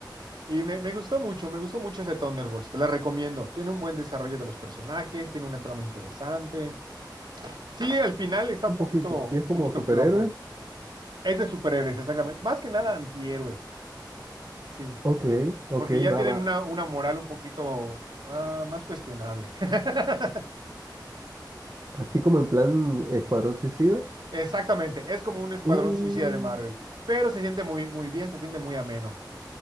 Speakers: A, on the right; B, on the right.
A: Y me, me gustó mucho, me gustó mucho ese Thunderbolts, te la recomiendo. Tiene un buen desarrollo de los personajes, tiene una trama interesante. Sí, al final está
B: Un
A: un
B: poquito.
A: poquito,
B: sí es
A: un
B: como
A: poquito
B: superhéroes,
A: flojo. Es de superhéroes, exactamente. Más que nada antihéroes, sí.
B: ok, ok,
A: Porque ya
B: va,
A: tienen
B: va.
A: una, una moral un poquito ah, más cuestionable. <laughs>
B: Así como en plan Escuadrón Suicida.
A: Exactamente, es como un escuadrón
B: Uh,
A: suicida de Marvel, pero se siente muy, muy bien, se siente muy ameno.